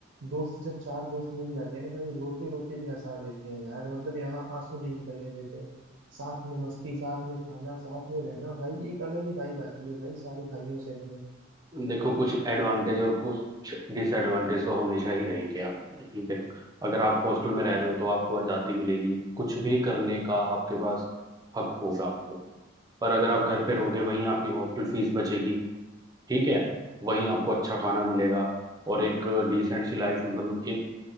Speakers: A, on the right; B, on the right.
A: दोस्त जब चार दोस्त मिल जाते हैं ना भाई रोते रोते भी हंसा देते हैं यार मतलब यहाँ आंसू नहीं निकलने देते साथ में मस्ती साथ में खाना साथ में रहना भाई एक अलग ही वाइब आती है भाई सारे भाइयों से अपने
B: देखो कुछ एडवांटेज और कुछ डिसएडवांटेज तो हमेशा ही रहेंगे आप देख अगर आप हॉस्टल में रह रहे हो तो आपको आज़ादी मिलेगी कुछ भी करने का आपके पास हक होगा मतलब पर अगर आप घर पे रहोगे वहीं आपकी हॉस्टल फीस बचेगी ठीक है वहीं आपको अच्छा खाना मिलेगा और एक डिसेंट सी लाइफ मतलब एक